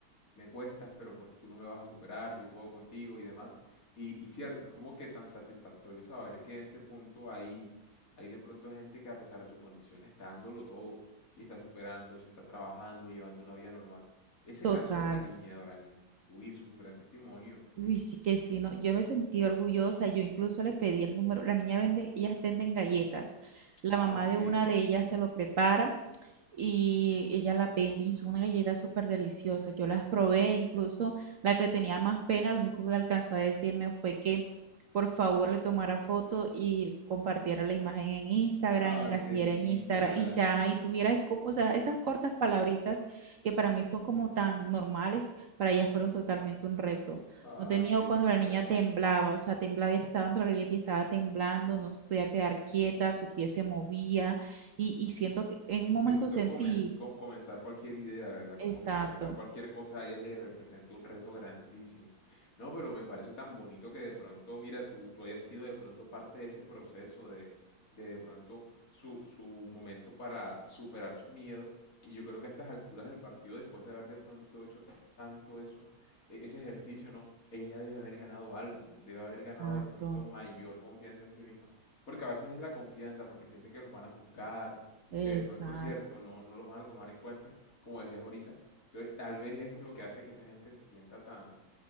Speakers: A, on the left; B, on the right.
A: me cuestas, pero pues tú no me vas a superar, yo puedo contigo y demás. Y, y cierto, es como que tan satisfactorio saber que en este punto hay, hay de pronto gente que a pesar de su condición está dándolo todo y está superando, se está trabajando, llevando una vida normal. Ese
B: Total.
A: caso de esa niña, Doranis, uy, eso es un gran testimonio.
B: Uy, sí que sí, no, yo me sentí orgullosa, yo incluso le pedí el número, la niña vende, ellas venden galletas, la
A: Ah,
B: mamá
A: ok.
B: de una de ellas se lo prepara y ella las vende y son unas galletas súper deliciosas. Yo las probé, incluso la que tenía más pena, lo único que alcanzó a decirme fue que por favor le tomara foto y compartiera la imagen en Instagram
A: Ay,
B: y la siguiera
A: qué linda.
B: en Instagram y ya, y tuviera como, o sea, esas cortas palabritas que para mí son como tan normales, para ella fueron totalmente un reto.
A: Ay,
B: No tenía
A: qué
B: cuando
A: linda.
B: la niña temblaba, o sea, temblaba y te estaba dando la galleta y estaba temblando, no se podía quedar quieta, su pie se movía y, y siento que en un momento
A: De pronto
B: sentí,
A: comenz- co- comentar cualquier idea, ¿verdad?
B: exacto,
A: Como que expresar cualquier cosa a ella le representa un reto grandísimo. No, pero me parece tan bonito que de pronto, mira, tú, tú hayas sido de pronto parte de ese proceso de, de de pronto su, su momento para superar su miedo. Y yo creo que a estas alturas del partido, después de haber de pronto hecho ta- tanto eso, e- ese ejercicio, ¿no? Ella ya debe haber ganado algo, debe haber ganado
B: exacto,
A: de pronto mayor confianza en sí misma, porque a veces es la confianza, porque sienten que los van a juzgar
B: exacto,
A: que de pronto, cierto, no, no los van a tomar en cuenta, como decías ahorita. Entonces, tal vez eso es lo que hace que esa gente se sienta tan,